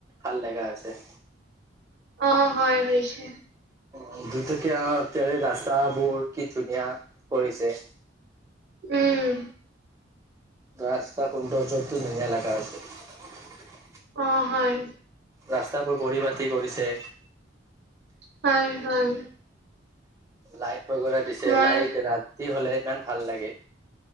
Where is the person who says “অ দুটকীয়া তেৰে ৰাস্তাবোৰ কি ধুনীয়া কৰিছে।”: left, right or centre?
Right